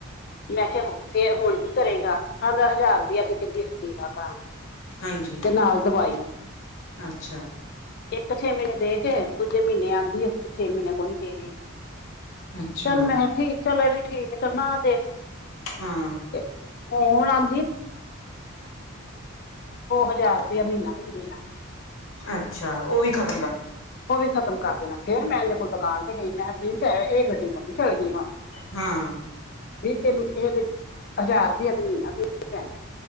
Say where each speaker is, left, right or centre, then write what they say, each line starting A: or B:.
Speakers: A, on the left; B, on the left.
A: ਮੈਂ ਕਿਹਾ, ਫੇਰ ਹੁਣ ਕੀ ਕਰੇਗਾ, ਆਂਦਾ ਹਜ਼ਾਰ ਰੁਪਇਆ ਅਸੀ ਕਹਿੰਦੀ ਅਸੀਂ ਦੇ ਦਿਆ ਕਰਾਂਗੇ
B: ਹਾਂਜੀ
A: ਤੇ ਨਾਲ ਦਵਾਈ
B: ਅੱਛਾ।
A: ਇੱਕ ਛੇ ਮਹੀਨੇ ਦੇ ਕੇ, ਦੂਜੇ ਮਹੀਨੇ ਆਂਹਦੀ ਅਸੀ ਤੇ ਛੇ ਮਹੀਨੇ ਕੋ ਨੀ ਦੇ ਗੇ।
B: ਅੱਛਾ
A: ਚੱਲ ਮੈਂ ਠੀਕ, ਚੱਲ ਇਹ ਵੀ ਠੀਕ ਏ, ਚੱਲ ਨਾ ਦੇਣ
B: ਹਾਂ।
A: <unintelligible> ਉਹ, ਹਜ਼ਾਰ ਰੁਪਇਆ ਮਹੀਨਾ ਵੀ ਨਹੀ ਦੇਣਾ।
B: ਅੱਛਾ, ਉਹ ਵੀ ਖਤ
A: ਉਹ ਵੀ ਖਤਮ ਕਰ ਦੇਣਾ, ਫੇਰ ਮੈਂ ਇਹਦੇ ਕੋਲ ਦੁਕਾਨ ਤੇ ਗਈ, ਮੈਂ ਕਿਹਾ, ਪ੍ਰਿੰਸ ਹੈ ਇਹ ਗੱਡੀ ਕੋਨੀ ਚੱਲਣੀ ਮੱਖਾਂ
B: ਹਾਂ।
A: ਵੀ ਤੈਨੂੰ ਇਹ ਤੇ, ਹਜ਼ਾਰ ਰੁਪਇਆ ਤੇ ਮਹੀਨਾ ਦੇਣਾ ਈ ਪੈਣਾ।